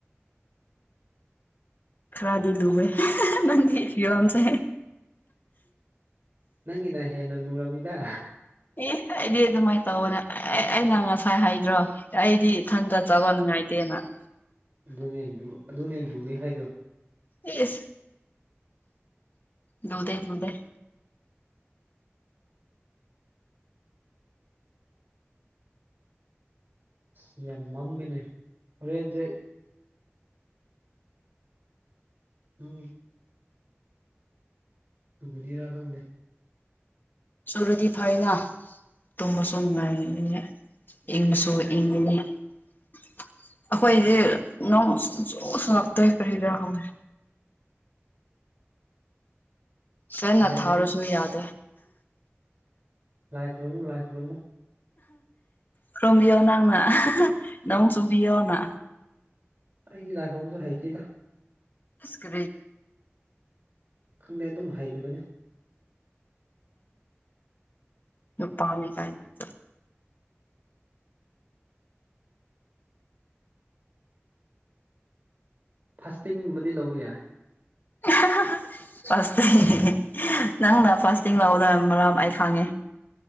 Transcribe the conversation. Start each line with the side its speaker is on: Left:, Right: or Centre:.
Left: ꯈꯔꯗꯤ ꯂꯨꯕ ꯅ ꯌꯝꯁꯦ
Right: ꯅꯪꯒꯤꯅ ꯍꯦꯟꯅ ꯂꯨꯔꯕꯅꯤꯗ
Left: ꯑꯦ ꯑꯩꯗꯤ ꯑꯗꯨꯃꯥꯏꯅ ꯇꯧꯕꯅꯦ ꯑꯦ ꯑꯩꯅ ꯉꯁꯥꯏ ꯍꯥꯏꯗ꯭ꯔꯣ ꯑꯩꯗꯤ ꯏꯊꯟꯇ ꯆꯕ ꯅꯨꯡꯉꯥꯏꯇꯦꯅ ꯑ
Right: ꯑꯗꯨꯅꯦ ꯑꯗꯨꯅꯦ ꯂꯨꯏꯦ ꯍꯥꯏꯗꯣ
Left: ꯑꯦ ꯂꯗ ꯅꯗ
Right: ꯑ ꯌꯥꯝ ꯃꯝꯃꯤꯅꯦ ꯍꯣꯔꯦꯟꯁꯦ ꯅꯪꯒꯤ ꯁꯨꯒꯅꯤꯔꯥꯔ ꯈꯪꯗꯦ
Left: ꯁꯨꯔꯨꯗꯤ ꯐꯥꯏꯅ ꯇꯃꯁꯨꯨꯝꯃꯥꯏꯅꯦ ꯏꯪꯁꯨꯣ ꯏ ꯑꯩꯈꯣꯏꯗꯤ ꯅꯣꯡ ꯁ ꯁ ꯁꯨꯡꯂꯛꯇꯣꯏ ꯀꯔꯤ ꯀꯔꯥ ꯍꯪꯗꯦ ꯐꯦꯟꯅ
Right: ꯂꯥꯏ
Left: ꯊꯥꯔꯨꯁꯨ
Right: ꯈꯨꯔꯨꯝꯃꯨ
Left: ꯌꯥꯗꯦ
Right: ꯂꯥꯏꯛ ꯔꯨꯃꯨ ꯂꯥꯏꯛ ꯔꯨꯝꯃꯨ
Left: ꯔ꯭ꯔꯨꯝꯕꯤꯌꯣ ꯅꯪꯅ ꯅꯣꯡ ꯆꯕꯤꯌꯅ
Right: ꯑꯩꯒꯤ ꯂꯥꯛꯈꯝꯁꯨ ꯍꯩꯇꯦꯗ
Left: ꯁ ꯀꯦ
Right: ꯈꯪꯗꯦ ꯑꯗꯨꯝ ꯍꯩꯕꯅꯤ
Left: ꯅꯨꯄꯥꯃꯤ ꯀꯥꯏꯥꯛ
Right: ꯐꯥꯁꯇꯤꯡꯒꯨꯝꯕꯗꯤ ꯂꯧꯕ ꯌꯥꯏ
Left: <unintelligible> ꯐꯇꯤꯡ ꯅꯪꯅ ꯐꯥꯁꯇꯤꯡ ꯂꯧꯥꯛꯗ ꯃꯔꯝ ꯑꯩ ꯈꯥꯡꯉꯦ